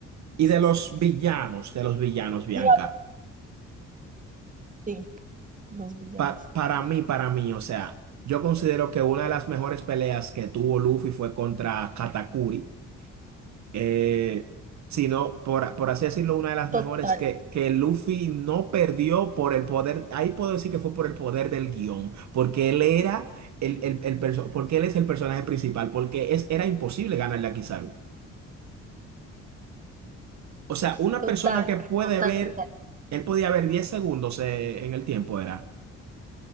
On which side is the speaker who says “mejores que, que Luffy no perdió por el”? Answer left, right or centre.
Right